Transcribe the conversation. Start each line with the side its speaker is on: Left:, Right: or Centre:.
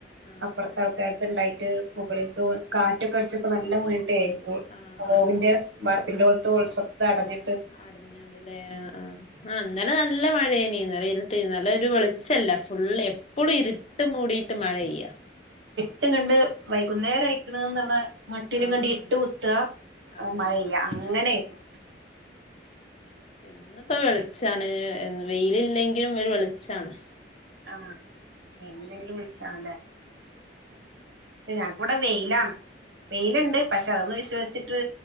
Left: ആഹ്
Right: അപ്പർത്ത
Left: ആഹ് ആഹ്
Right: ആൾക്കാര് ക്ക ഇണ്ടായിട്ട് മുകള്ൽക്ക് വീ കാറ്റൊക്കെ അടിച്ചപ്പോ നല്ല വീണിട്ടെ
Left: ആഹ് ആഹ്
Right: ഓവിന്റെ
Left: ആഹ്
Right: വാർപ്പിന്റെ മൊൾത്തെ ഹോൾസൊക്കെ അടഞ്
Left: അട്ഞ്ഞാണ്ട് ലെ ആ ആ ആ ഇന്നലെ നല്ല മയെനി ഇന്നലെ ഇരുട്ടെര്ന്ന് നല്ല ഒരു വെള്ച്ചല്ല ഫുള്ള് എപ്പളു ഇര്ട്ട് മൂടിയിട്ട് മഴെയ്യ
Right: റ്റും കണ്ട് വൈകുന്നേര അയ്ക്ക്ണ് ന്ന്ള്ള മട്ടില്ങ്ങട്ട്
Left: ആഹ്
Right: ഇര്ട് കുത്ത
Left: അതന്നെ
Right: മഴയ്യ
Left: അങ്ങനെ
Right: അങ്ങനെര്ന്നു.
Left: തന്നെ ആഹ് ഇന്ന്പ്പ വെള്ച്ചാണ് വെയില് ഇല്ലെങ്കിലും ഒരു വെള്ച്ചാണ്
Right: ആ വെയിലില്ലെങ്കിലും വെൾച്ചാണ് ലെ പക്ഷെ ഞങ്ങക്ക്‌വടെ വെയിലാണ് വെയില്ണ്ട്
Left: ആഹ്
Right: പക്ഷെ അതൊന്ന് വിശ്വസ്ച്ട്ട്